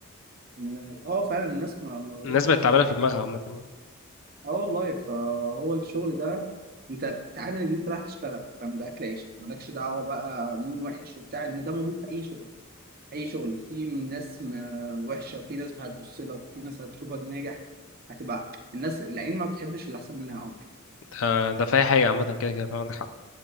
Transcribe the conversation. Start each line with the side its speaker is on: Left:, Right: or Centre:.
Right: ان اه فعلا الناس ما,
Left: <coughs>
Right: ما بقتش
Left: الناس بقت
Right: احسن
Left: تعبانه في
Right: حاجه
Left: دماغها عامه يعني
Right: اه والله فهو الشغل ده انت تعامل ان انت رايح تشتغل فاهم ده اكل عيشك مالكش دعوه بقى مين وحش وبتاع ان ده موجود في اي شغل اي شغل في ناس م- وحشه في ناس هتبص لك في ناس هتشوفك ناجح هتبقى الناس العين ما بتحبش اللي احسن منها عمر
Left: ده ده في اي حاجه عامه كده كده فعندك حق